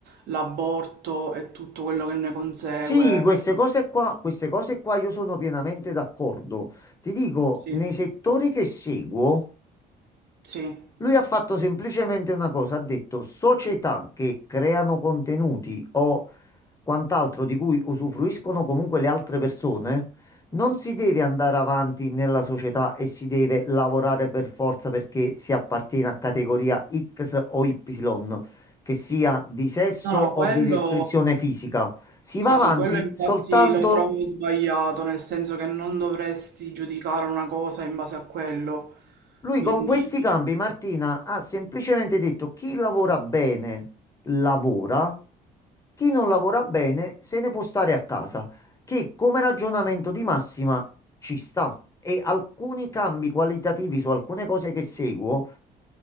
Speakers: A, on the right (about 70°); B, on the left (about 20°).
A: l'aborto e tutto quello che ne consegue.
B: Sì, queste cose qua, queste cose qua io sono pienamente d'accordo. Ti dico,
A: Sì,
B: nei settori che seguo,
A: sì.
B: lui ha fatto semplicemente una cosa, ha detto società che creano contenuti o quant'altro di cui usufruiscono comunque le altre persone, non si deve andare avanti nella società e si deve lavorare per forza perché si appartiene a categoria X o Y, che sia di sesso
A: No, no,
B: o
A: quello
B: di descrizione fisica. Si
A: sì,
B: va
A: sì,
B: avanti
A: quello infatti
B: soltanto
A: lo trovo sbagliato, nel senso che non dovresti giudicare una cosa in base a quello.
B: Lui
A: Quindi
B: con questi cambi, Martina, ha semplicemente detto chi lavora bene lavora, chi non lavora bene se ne può stare a casa, che come ragionamento di massima ci sta. E alcuni cambi qualitativi su alcune cose che seguo